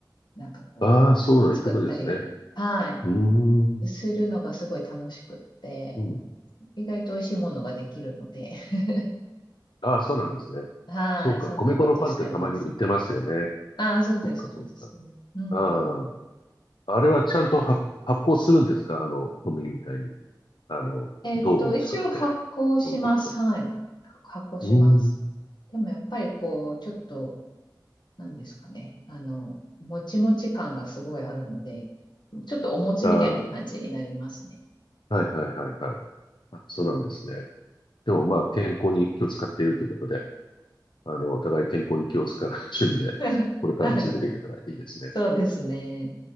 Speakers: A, on the left; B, on the left.
A: なんかこう、
B: ああ、
A: パンとか作ったり、
B: そうだ、いうことですね。
A: はい。
B: うーん。
A: するのがすごい楽しくって、
B: うん。
A: 意外と美味しいものができるので、<laughs>
B: ああ、そうなんですね。
A: はい、
B: そうか。
A: そんなことしてます。
B: 米粉のパンってたまに売ってますよね。
A: ああ、そうです、
B: そっか、そっか。
A: そうです。うんうんうん。
B: ああ。あれはちゃんと発、発酵するんですかあの、小麦みたいに。あの、
A: えっと、
B: 銅を作って
A: 一応発行します。
B: 置いておくと。
A: はい。発行します。
B: うーん。
A: でもやっぱりこう、ちょっと、なんですかね。あの、もちもち感がすごいあるので、ちょっとお餅みたいな感じになりますね。
B: ああ、はいはいはいはい。あ、そうなんですね。でもまあ、健康に気を使っているということで、あの、お互い健康に気を使う趣味で、
A: <laughs>
B: これからも続けていけたらいいですね。
A: はい。そうですね。